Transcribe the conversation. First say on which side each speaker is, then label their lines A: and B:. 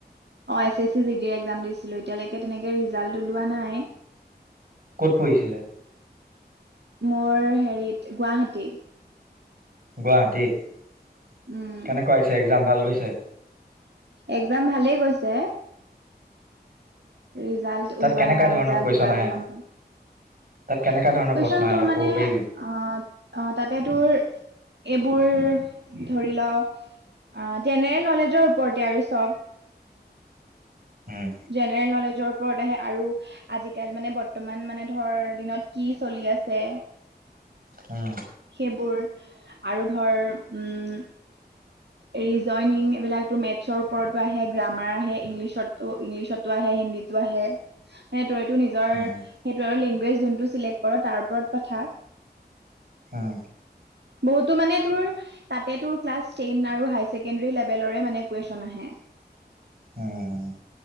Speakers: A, on the right (about 80°); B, on the right (about 55°).
A: অ এ S C G D exam দিছিলো এতিয়ালৈকে তেনেকে ৰিজাল্ট ওলোৱা নাই।
B: ক'ত পৰিছিলে।
A: মোৰ হেৰিত গুৱাহাটী।
B: গুৱাহাটীত
A: উম
B: কেনেকুৱা আহিছে এক্জাম ভাল গৈছে।
A: এক্জাম ভালেই গৈছে ৰিজাল্ট
B: তাত
A: ওলোৱা
B: কেনেকা
A: নাই
B: ধৰণৰ
A: ৰিজাল্ট
B: কুৱেশন
A: ওলালে
B: আহে
A: গম পাম।
B: তাত
A: কুৱেশ্যন
B: কেনেকা ধৰণৰ প্ৰশ্ন আহে
A: তোৰ
B: অলপ
A: মানে,
B: ক'ব পাৰিবি
A: অ, অ তাতে তোৰ। এইবোৰ ধৰি লওক জেনেৰেল নলেজৰ ওপৰতে আৰু চব।
B: উম,
A: জেনেৰেল নলেজ। যৰ ওপৰত আহে। আৰু আজিকাল মানে বৰ্তমান মানে ধৰ দিনত কি চলি আছে।
B: হম।
A: সেইবোৰ। আৰু ধৰ উম'। ৰিজইনিং এইবলাকো মেথছৰ ওপৰতো আহে গ্ৰামাৰ আহে ইংলিছতো ইংলিছতো আহে। ম তইতো নিজৰ
B: উম,
A: সেইটো লেংগজ যোনটো চেক্ কৰ তাৰ ওপৰত কথা।
B: উম,
A: বহুতো মানে তোৰ তাতে তোৰ ক্লাছ টেইন আৰু হাইাৰ ছেকেণ্ডেৰী লেভেলৰে মানে কুৱেশ্যন আহে।
B: উম।